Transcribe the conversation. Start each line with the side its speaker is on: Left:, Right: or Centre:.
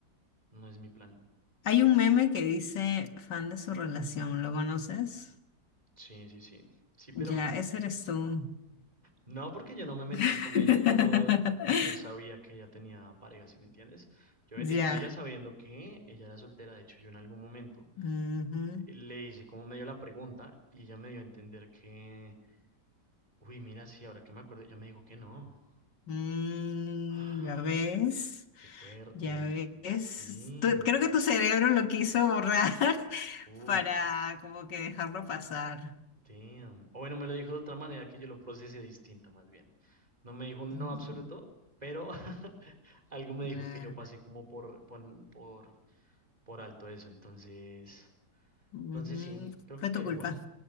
Right: no es mi plan.
Left: Hay un meme que dice fan de su relación, ¿lo conoces?
Right: Sí, sí, sí, sí, pero...
Left: Ya, ese eres tú.
Right: No, porque yo no me metí
Left: <laughs>
Right: con ella cuando yo sabía que ella tenía pareja, ¿si me entiendes? Yo me
Left: Ya.
Right: metí con ella sabiendo que ella era soltera. De hecho, yo en algún momento
Left: Ujú.
Right: eh, le hice como medio la pregunta y ella me dio a entender que, uy, mira, sí, ahora que me acuerdo, ella me dijo que no.
Left: Mm,
Right: ¡Ah!
Left: ¿ya ves?
Right: ¡Qué fuerte!
Left: Ya ves,
Right: Sí.
Left: tú- creo que tu cerebro lo quiso borrar <laughs>
Right: Uf,
Left: para como que dejarlo pasar.
Right: damn. O bueno, me lo dijo de otra manera que yo lo procesé distinta, más bien. No me dijo un
Left: Mm,
Right: no absoluto, pero <laughs> algo me
Left: nah.
Right: dijo que yo pasé como por, por, por por alto eso. Entonces,
Left: Ujú,
Right: entonces sí, creo
Left: Fue
Right: que queda
Left: tu culpa,
Right: igual.